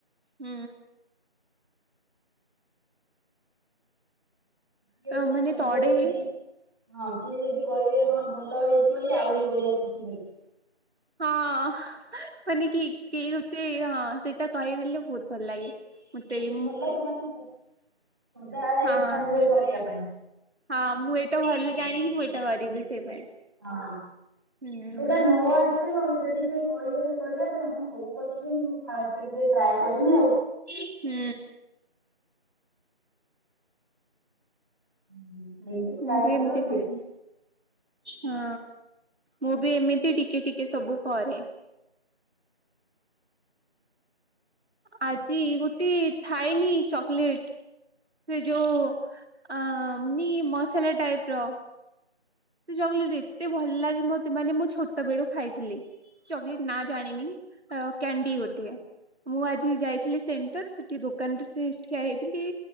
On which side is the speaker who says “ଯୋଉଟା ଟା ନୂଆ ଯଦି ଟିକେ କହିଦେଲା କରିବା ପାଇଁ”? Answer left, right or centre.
Right